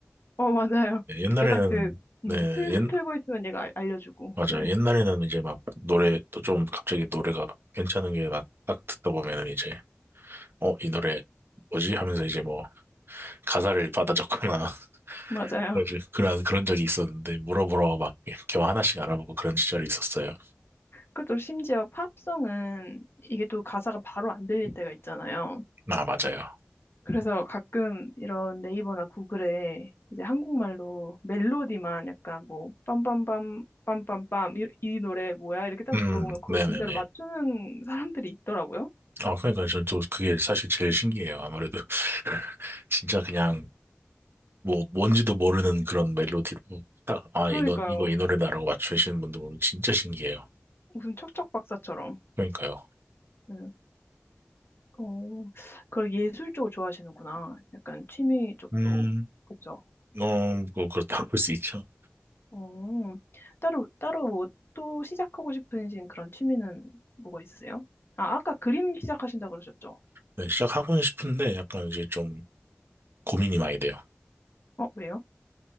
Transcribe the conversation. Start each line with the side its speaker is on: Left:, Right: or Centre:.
Left: 어, 맞아요.
Right: 네, 옛날에는
Left: 그닥 그,
Right: 네,
Left: 음, 틀,
Right: 옛,
Left: 틀고 있으면 얘가 알- 알려주고,
Right: 맞아요.
Left: 네,
Right: 옛날에는 이제 막 노래 또 좀 갑자기 노래가 괜찮은 게 막 딱 듣다 보면은 이제 어, 이 노래 뭐지? 하면서 이제 뭐 가사를 받아 적거나 <laughs>
Left: 맞아요.
Right: 그래가지고 그런 그런 적이 있었는데 물어보러 막 이렇게 하나씩 알아보고 그런 시절이 있었어요.
Left: 그것도 심지어 팝송은 이게 또 가사가 바로 안 들릴 때가 있잖아요.
Right: 아, 맞아요.
Left: 그래서 가끔 이런 네이버나 구글에 이제 한국말로 멜로디만 약간 뭐 빰빰빰 빰빰빰 이, 이 노래 뭐야? 이렇게 딱
Right: 음,
Left: 물어보면 그걸
Right: 네네네.
Left: 진짜로 맞추는 사람들이 있더라고요.
Right: 아, 그러니까 저, 저 그게 사실 제일 신기해요. 아무래도 <laughs> 진짜 그냥 뭐 뭔지도 모르는 그런 멜로디로 딱, 아,
Left: 그러니까요.
Right: 이 노, 이거 이 노래다라고 맞추시는 분들 보면 진짜 신기해요.
Left: 무슨 척척 박사처럼.
Right: 그러니까요.
Left: 네. 어, 그걸 예술 쪽을 좋아하시는구나. 약간 취미 쪽도.
Right: 음,
Left: 그쵸?
Right: 어, 뭐 그렇다고 볼 수 있죠.
Left: 어, 따로, 따로 뭐 또 시작하고 싶으신 그런 취미는 뭐가 있으세요? 아, 아까 그림 시작하신다 그러셨죠?
Right: 네, 시작하고는 싶은데 약간 이제 좀 고민이 많이 돼요.
Left: 어, 왜요?